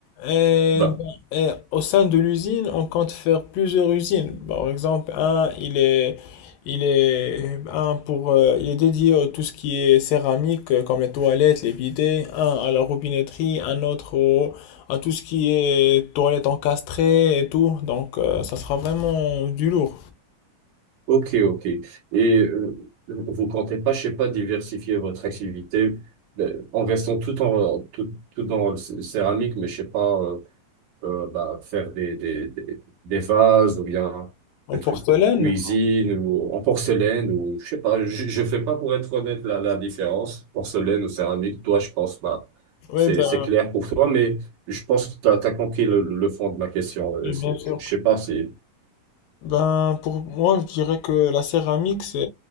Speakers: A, on the left (about 80°); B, on the right (about 65°).
A: Euh,
B: Bah,
A: et au sein de l'usine, on compte faire plusieurs usines. Par exemple, un, il est, il est, un pour, euh, il est dédié à tout ce qui est céramique, euh, comme les toilettes, les bidets. Un à la robinetterie, un autre au- à tout ce qui est toilettes encastrées et tout. Donc, euh, ça sera vraiment du lourd.
B: Ok, ok. Et euh, vous comptez pas, je sais pas, diversifier votre activité euh, en restant tout en tout, tout dans le cé- céramique, mais je sais pas, euh, euh, bah, faire des, des, des, des vases ou bien
A: En
B: des
A: porcelaine?
B: trucs en cuisine ou en porcelaine ou je sais pas. Je, je fais pas pour être honnête la, la différence porcelaine ou céramique. Toi, je pense, bah,
A: Oui,
B: c'est
A: ben,
B: c'est clair pour toi, mais je pense que t'as t'as compris le, le fond de ma question. Euh,
A: oui,
B: c'est-
A: bien sûr.
B: Je sais pas si.
A: Ben, pour moi, je dirais que la céramique, c'est,